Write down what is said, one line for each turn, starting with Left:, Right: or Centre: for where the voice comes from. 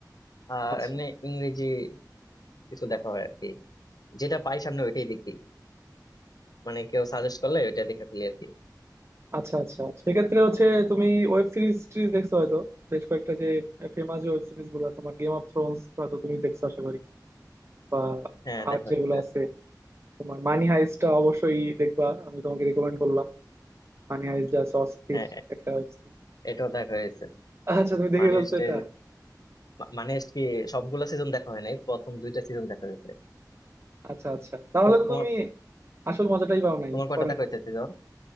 Left: আর
Right: আচ্ছা
Left: এমনি ইংরেজি কিছু দেখা হয় আর কি যেটা পাই সামনে ওইটাই দেখি মানে কেউ সাজেস্ট করলে ওইটা দেখে ফেলি আর কি
Right: আচ্ছা আচ্ছা সেক্ষেত্রে হচ্ছে তুমি ওয়েব সিরিজ টিরিজ দেখছো হয়তো বেশ কয়েকটা যে ফেমাস ওয়েব সিরিজ গুলো তোমার গেম অফ থ্রোনস হয়তো তুমি দেখছো আশা করি বা
Left: হ্যাঁ
Right: আর
Left: দেখা
Right: যেগুলো
Left: হচ্ছে
Right: আছে তোমার মানি হাইস্টটা অবশ্যই দেখবা আমি তোমাকে রেকমেন্ড করলাম মানি হাইস্ট যা আছে অস্থির
Left: হ্যাঁ এ-
Right: একটা ওয়েব সিরিজ
Left: এটাও দেখা হয়েছে
Right: আচ্ছা তুমি দেখে
Left: মানি
Right: ফেলছো
Left: হাইস্টের
Right: এটা
Left: মানি হাইস্ট কি সবগুলো সিজন দেখা হয় নাই প্রথম দুইটা সিজন দেখা হয়েছে
Right: আচ্ছা আচ্ছা তাহলে
Left: তো
Right: তো
Left: তোমার
Right: তুমি আসল মজাটাই পাও নাই
Left: তোমার কয়টা
Right: পরে
Left: দেখা হয়েছে সিজন